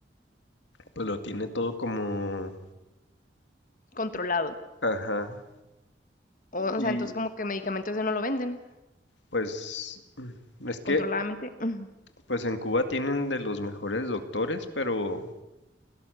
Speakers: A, on the left; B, on the left.
A: pues lo tiene todo como,
B: Controlado.
A: ajá,
B: O, o
A: y
B: sea, entonces como que medicamentos ese no lo venden
A: pues, mm, es que,
B: controladamente. mm,
A: pues en Cuba tienen de los mejores doctores, pero